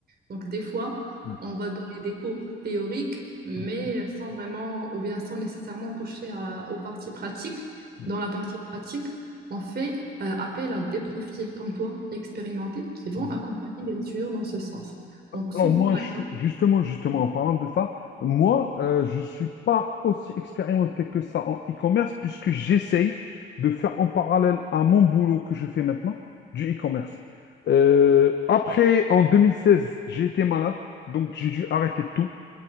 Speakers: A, on the right; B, on the left.
A: Donc des fois,
B: oui,
A: on va donner des cours théoriques, mais
B: oui,
A: sans vraiment ou bien sans nécessairement toucher à- aux parties pratiques.
B: oui.
A: Dans la partie pratique, on fait euh, appel à des profils comme toi, expérimentés, qui vont
B: Mhm.
A: accompagner les étudiants dans ce sens. Donc
B: Alors
A: souvent,
B: moi,
A: par
B: je-
A: exemple,
B: justement, justement, en parlant de ça, moi, euh, je ne suis pas aussi expérimenté que ça en e-commerce puisque j'essaye de faire en parallèle à mon boulot que je fais maintenant du e-commerce. Euh, après, en 2016, j'ai été malade, donc j'ai dû arrêter tout.